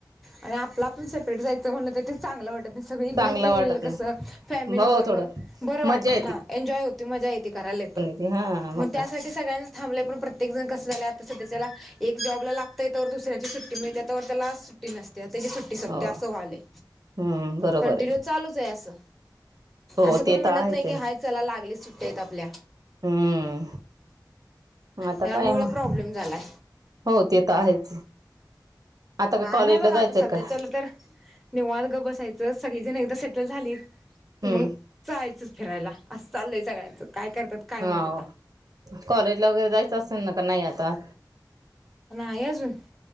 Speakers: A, in the centre; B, on the right.
A: आणि आपल आपण सेपरेट जायचं म्हणलं तर ते चांगलं वाटतं- सगळी
B: चांगलं
A: ग्रुप न
B: वाटत
A: गेलेलं
B: नाही
A: कसं? फॅमिली
B: हो
A: बरोबर
B: थोडं
A: बरं वाटतं
B: मज्जा
A: ना? एन्जॉय होती. मजा येते करायला येते.
B: ते हां.
A: मग
B: म -
A: त्यासाठी सगळ्यांनीच थांबलय. पण प्रत्येक जण कसं झाल? आता सध्याच्याला- एक जॉबला लागतय. तवर दुसऱ्याची सुट्टी मिळते. तवर त्याला- सुट्टी नसते. त्याची सुट्टी सपते.
B: हो
A: असं व्हायलंय.
B: हम्म बरोबर
A: कंटिन्यू चालूच आहे असं.
B: हो
A: असं कोण
B: ते
A: म्हणत
B: तर आहेच
A: नाही
B: आहे
A: की हाय चला लागलीच सुट्ट्या ए त आपल्या.
B: हम्म. आता
A: त्यामुळे
B: काय मग?
A: प्रॉब्लेम झालाय
B: हो. ते तर आहेच. आता
A: हा.
B: का कॉलेजला
A: नाही म
B: जायचंय
A: आता सध्याचाला
B: का
A: तर- निवांत गप बसायचं. सगळीजण एकदा सेटल झालीत कि
B: हम्म
A: मग- जायचच फिरायला. असं चाललंय सगळ्यांचं. काय करतात- काय
B: हाव.
A: माहित आता
B: कॉलेजला वगैरे जायचं असेल ना का नाही आता?
A: नाही अजून.